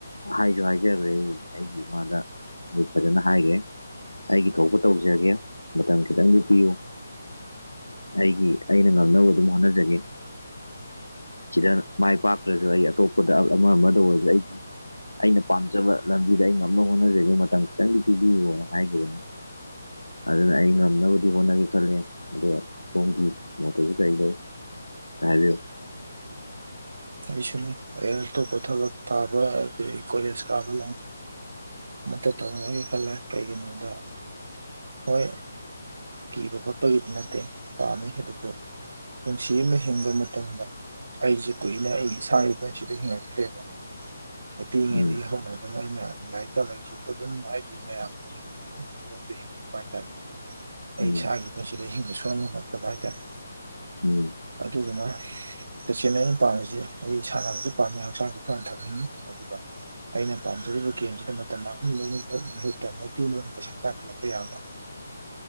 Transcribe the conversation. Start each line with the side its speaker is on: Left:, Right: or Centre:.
Left: ꯍꯥꯏꯁꯨ ꯍꯥꯏꯖꯔꯦ ꯑꯩ ꯑꯩꯒꯤ ꯏꯃꯥꯗ ꯑꯩ ꯐꯖꯅ ꯍꯥꯏꯒꯦ ꯑꯩꯒꯤ ꯊꯣꯛꯄ ꯇꯧꯖꯒꯦ ꯃꯇꯝ ꯈꯤꯇꯪꯗꯤ ꯄꯤꯌꯨ ꯑꯩꯒꯤ ꯑꯩꯅ ꯉꯝꯅꯕ ꯑꯗꯨꯝ ꯍꯣꯠꯅꯖꯒꯦ ꯁꯤꯗ ꯃꯥꯏ ꯄꯥꯛꯇ꯭ꯔꯁꯨ ꯑꯩ ꯑꯇꯣꯞꯄꯗ ꯑꯃ ꯑꯃꯗ ꯑꯣꯏꯕ ꯑꯩꯒꯤ ꯑꯩꯅ ꯄꯥꯝꯖꯕ ꯂꯝꯕꯤꯗ ꯑꯩ ꯉꯝꯅꯕ ꯍꯣꯠꯅꯖꯒꯦ ꯃꯇꯝ ꯈꯤꯇꯪꯗꯤ ꯄꯤꯕꯤꯌꯣꯅ ꯍꯥꯏꯈꯤꯕꯅꯦ ꯑꯗꯨꯅ ꯑꯩ ꯉꯝꯅꯕꯗꯤ ꯍꯣꯠꯅꯒꯦ ꯈꯜꯂꯦ ꯑꯗꯨꯒ ꯀꯝꯀꯤ ꯃꯇꯔꯕꯨꯁꯥꯏꯀꯜ ꯇꯥꯖꯣ
Right: ꯑꯩꯁꯨꯅꯤ ꯑꯇꯣꯞꯄ ꯊꯕꯛ ꯇꯥꯕ ꯀꯣꯂꯦꯖ ꯀꯥꯕ ꯂ ꯃꯠꯇ ꯇꯧꯒꯤ ꯈꯜꯂꯦ ꯀꯩꯒꯤꯅꯣꯗ ꯍꯣꯏ ꯀꯤꯕ ꯈꯣꯠꯄꯒꯤꯗꯤ ꯅꯠꯇꯦ ꯄꯥꯝꯃꯤ ꯑꯗꯨꯕꯨ ꯄꯨꯟꯁꯤ ꯑꯃ ꯍꯤꯡꯕ ꯃꯇꯝꯗ ꯑꯩꯁꯦ ꯀꯨꯏ ꯑꯩ ꯏꯁ ꯄꯠꯁꯤꯗ ꯍꯤꯡꯉꯛꯇ꯭ꯔꯦꯕ ꯑ ꯄꯤꯉꯩꯗꯒꯤ
Left: ꯎꯝ
Right: ꯍꯧꯅ ꯑꯗꯨꯝ ꯑꯩꯅ ꯂꯥꯏꯔꯤꯛ ꯇꯝꯕꯩꯁꯤꯕꯨ ꯑꯗꯨꯝ ꯍꯥꯏꯗꯤ ꯃꯌꯥꯝ ꯑꯗꯨꯃꯥꯏ ꯍꯥꯏꯇꯔꯦ
Left: ꯎꯝ
Right: ꯑꯩ ꯏꯁꯥꯒꯤ ꯄꯨꯟꯁꯤꯗ ꯏꯁꯤꯡꯤꯡꯕ ꯁꯣꯛꯕꯝꯃꯛꯇꯕ ꯍꯥꯏꯇꯥꯔꯦ
Left: ꯎꯝ
Right: ꯑꯗꯨꯗꯨꯅ ꯇꯁꯦꯡꯅ ꯑꯩꯅ ꯄꯥꯝꯃꯤꯁꯤ ꯑꯩ ꯁꯥꯟꯅꯕꯁꯨ ꯄꯥꯝꯃꯦ ꯍꯛꯆꯥꯡꯁꯨ ꯐꯅ ꯊꯝꯅꯤꯡꯉꯤ ꯑꯗꯨꯒ ꯑꯩꯅ ꯄꯥꯝꯖꯔꯤꯕ ꯒꯦꯝꯁꯤꯗ ꯃꯇꯝ ꯃꯥꯡꯍꯟꯕꯅ ꯃꯍꯨꯠꯇ ꯑꯣꯏꯅ ꯄꯩꯁꯥ ꯀꯥꯈꯠꯂꯛꯄ ꯌꯥꯕ
Left: <unintelligible>